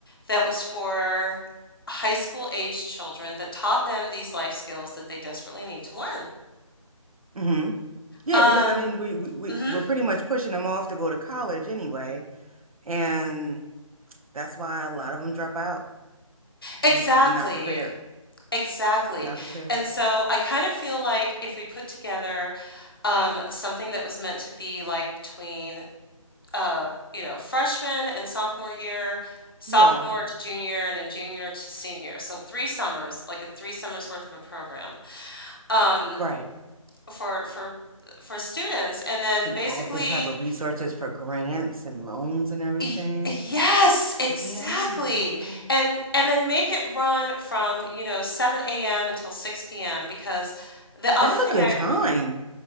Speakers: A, on the left (about 40°); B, on the right (about 85°).
A: that was for high school aged children, that taught them these life skills that they desperately need to learn.
B: hmm Yeah,
A: Um,
B: because I mean we, we we
A: mhm.
B: we're pretty much pushing them off to go to college anyway. And that's why a lot of them drop out.
A: Exactly,
B: It's not prepared.
A: exactly.
B: Not prepared.
A: And so I kind of feel like if we put together um, something that was meant to be like between uh, you know, freshman and sophomore year, sophomore
B: Yeah,
A: to junior, and then junior to senior. So three summers, like a three summers worth of a program um,
B: right.
A: for for for students. And then
B: Can
A: basically,
B: all different type of resources for grants and loans and everything.
A: y- yes, exactly.
B: Yeah. hmm
A: And and then make it run from, you know, 7 a.m. until 6 p.m. because the other
B: That's a
A: thing
B: good
A: I,
B: time.